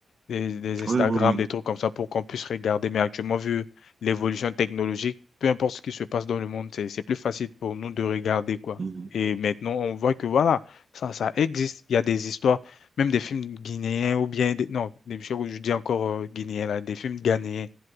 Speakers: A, on the left; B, on the right.
A: des, des Instagram,
B: oui, oui.
A: des trucs comme ça pour qu'on puisse regarder. Mais actuellement, vu l'évolution technologique, peu importe ce qui se passe dans le monde, c'est, c'est plus facile pour nous de regarder, quoi.
B: Mhm.
A: Et maintenant, on voit que voilà, ça, ça existe. Il y a des histoires, même des films guinéens ou bien, des- non, des- je, je dis encore euh, guinéens, là, des films ghanéens.